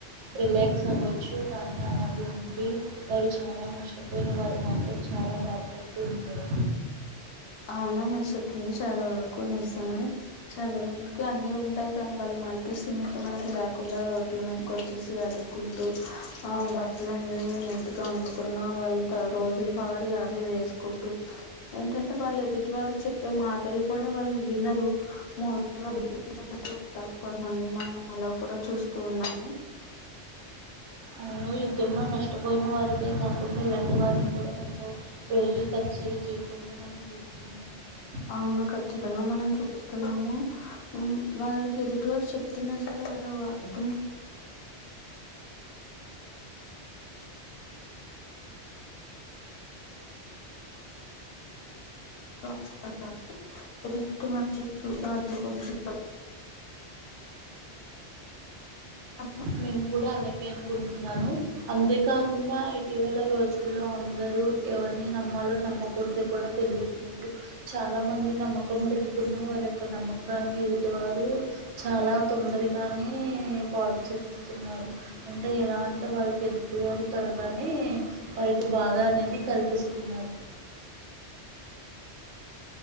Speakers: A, on the right; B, on the left.
A: రిలాక్స్ అవ్వచ్చు కానీ అలాగ ఉండి వారు చాలా నష్టపోయిన వారు మాత్రం చాలా బాధపడుతూ ఉంటారు
B: అవునా మీరు చెప్పింది చాలా వరకు నిజం చాలా మందికి అన్ని ఉంటాయి కానీ వాళ్ళు మతిస్థిమితం అనేది లేకుండా రోడ్ల మీదకి వచ్చేసి అడుకుంటూ ఆ బట్టలన్నీ నీట్గా వండకుండా వాళ్ళు త రోజుల భారీ అవే వేసుకుంటూ ఏంటంటే వాళ్ళు ఎదుటి వారు చెప్పే మాటలు కూడా వాళ్ళు వినరు మగా బి చేస్తూ ఉంటారు కొంతమంది మనం అలా కూడా చూస్తూ ఉన్నాము
A: అవును యుద్ధంలో నష్టపోయిన వారికే కాకుండా ఇలాంటి వారిని కూడా మంత రోజు తరచరి జీవితంలో మనం చూస్తూనే ఉంటాం
B: అవును ఖచ్చితంగా మనం చూస్తున్నాము వారికి ఎదుటి వారు చెప్తున్నా సరే వారు అర్థం <inaudible> ఎదుటి మనిషిని చూసుకోవాలి కొంచం అకు
A: మేము కూడా అలాగే అనుకుంటున్నాను అంతే కాకుండా ఇటీవల రోజుల్లో అందరూ ఎవరిని నమ్మాలో నమ్మకూడదు కూడా తెలియట్లేదు చాలా మంది నమ్మకం పెట్టుకున్న వారి యొక్క నమ్మకాన్ని ఎదుటివారు చాలా తొందరగానే పాడు చేస్తున్నారు అంటే ఎలా అంటే వారికి ఎదుటి వారు త్వరగానే వారికి బాధ అనేది కలిగిస్తున్నారు